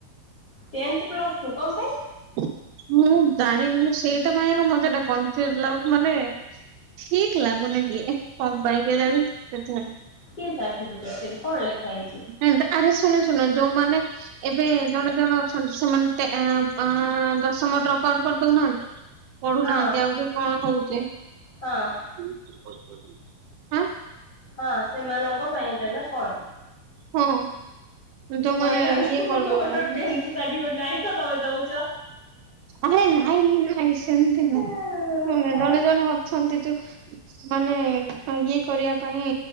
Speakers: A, on the left (about 40°); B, on the right (about 80°).
A: ଟେନ୍ଥ ପ୍ଲସ୍ ଟୁ କଣ ପାଇଁ?
B: <inaudible> ମୁଁ ଜାଣିନି ମୁଁ ସେଇଟା ପାଇଁ ଏକା ମୋତେ ଏଟା କନଫ୍ୟୁଜ୍ ଲାଗୁ ମାନେ ଠିକ ଲାଗୁନି ଟିକେ କଣ ପାଇଁ କେଜାଣି ସେଥିପାଇଁ
A: କି ସାର୍ଟିଫିକେଟ ସେଠି କଣ ଲେଖା ହେଇଛି?
B: ଏନ୍ତା ଆରେ ଶୁଣ ଶୁଣ ଯୋଉମାନେ ଏବେ ଜଣେ ଜଣେ ଅଛନ୍ତି ସେମାନେ ଟେ ଏଁ, ଆଁ, ଦଶମ ଡ୍ର ପ ଆଉଟ୍ କରିଦଉନାହାନ୍ତି। ପଢୁନାହାନ୍ତି
A: ହଁ
B: ଆଉ କି କଣ ହଉଚି?
A: ହଁ
B: <inaudible>
A: ହଁ ସେମାନଙ୍କ ପାଇଁ ଏଟା ନା କଣ?
B: ହଁ। ଯୋଉମାନେ
A: ତ କହିଥାନ୍ତ
B: ଇଏ କରିଦଉଛନ୍ତି
A: ମୋର ଟେନ୍ଥ ସାର୍ଟିଫିକେଟ ନାଇଁ ତ ତମେ ଦଉଚ।
B: ଆରେ ନାଇଁ ନାଇଁ ସେମିତି ନାଇଁ
A: ଆଉ
B: ଶୁଣେ
A: ହଁ
B: ଜଣେ ଜଣେ ଅଛନ୍ତି ଯୋଉ ମାନେ ଇଏ କରିବା ପାଇଁ